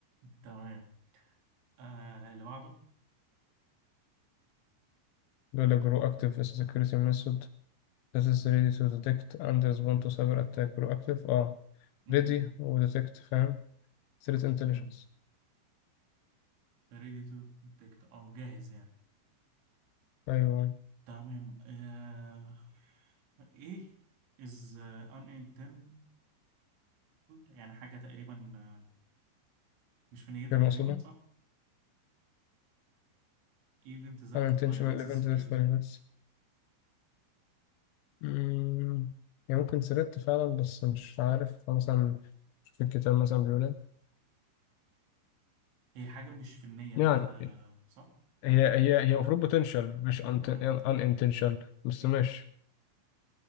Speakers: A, on the right (about 65°); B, on the left (about 80°).
A: تمام آه اللي بعده
B: دول جرو أكتيف as a security method that is ready to detect and respond to cyber attack جرو أكتيف اه
A: مهم.
B: ready و detect فاهم threat intelligence
A: مهم. ready to detect اه جاهز يعني
B: أيوه
A: تمام آه ايه is uh, unintentional يعني حاجة تقريبا آه، مش في نيتك
B: غير مقصودة
A: تقريبا صح event that
B: unintentional
A: violates
B: event
A: the security
B: that violates مم، يعني ممكن سردت فعلا بس مش عارف مثلا في الكتاب مثلا بيقول ايه
A: هي حاجة مش فنية ان
B: يعني
A: انت صح؟
B: هي هي هي المفروض بوتنشال مش ان
A: مهم.
B: انتنشال بس ماشي